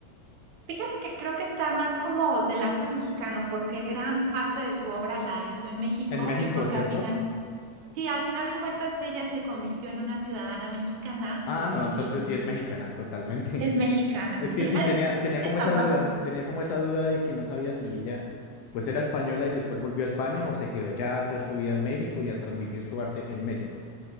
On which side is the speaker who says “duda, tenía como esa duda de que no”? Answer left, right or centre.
Left